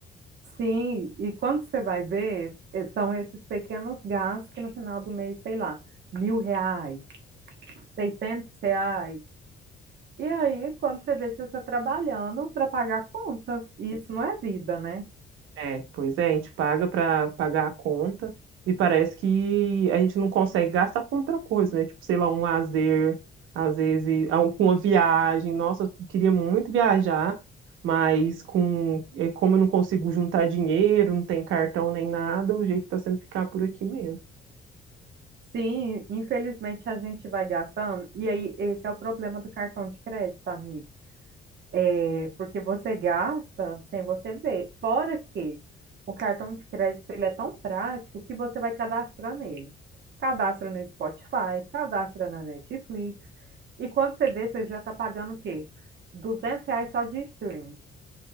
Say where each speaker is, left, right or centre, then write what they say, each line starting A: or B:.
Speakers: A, on the right (about 60°); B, on the right (about 80°).
A: Sim, e quando você vai ver, eh, são esses pequenos gastos que no final do mês, sei lá, mil reais, seiscentos reais. E aí, quando você vê, você está trabalhando para pagar a conta. E isso não é vida, né?
B: É, pois é, a gente paga para pagar a conta e parece que a gente não consegue gastar com outra coisa, né? Tipo, sei lá, um lazer, às vezes, ah, com uma viagem. Nossa, eu queria muito viajar, mas com, é, como eu não consigo juntar dinheiro, não tem cartão nem nada, o jeito está sendo ficar por aqui mesmo.
A: Sim, infelizmente a gente vai gastando. E aí, esse é o problema do cartão de crédito, amigo. É porque você gasta sem você ver. Fora que o cartão de crédito ele é tão prático que você vai cadastrar nele. Cadastra no Spotify, cadastra na Netflix. E quando você vê, você já está pagando o quê? R$ reais só de streaming.